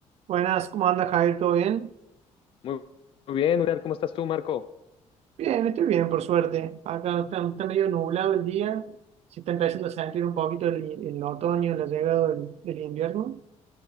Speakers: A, on the right; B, on the left.
A: Buenas, ¿cómo anda Javier? ¿Todo bien?
B: Muy, muy bien, Uriel, ¿cómo estás tú, Marco?
A: Bien, estoy bien, por suerte. Acá está, está medio nublado el día. Se está empezando a sentir un poquito el, el otoño, la llegada del, del invierno.